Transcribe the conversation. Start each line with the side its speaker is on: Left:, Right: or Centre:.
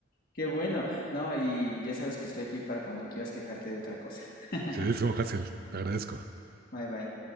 Left: Qué bueno. No, y ya sabes que estoy aquí para cuando quieras quejarte de otra cosa. <laughs>
Right: Sí, Jaciel, te agradezco.
Left: Bye bye.